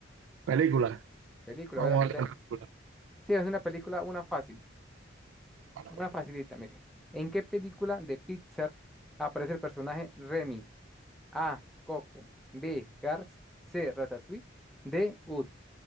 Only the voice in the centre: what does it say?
Película,
voy a lanzarle.
Sí, es una película, una fácil,
una
facilita, mire. ¿En qué película de Pixar aparece el personaje Remy? A. Coco. B. Cars. C. Ratatouille. D. Ud.